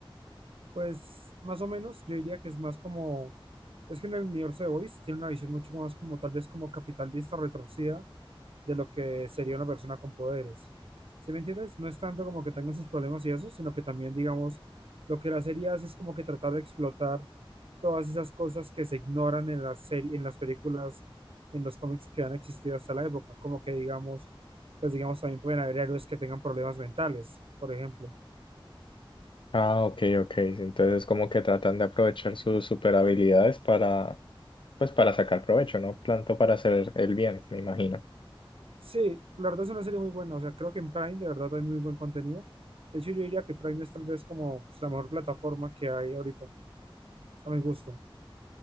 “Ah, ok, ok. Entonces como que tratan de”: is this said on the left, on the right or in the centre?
Left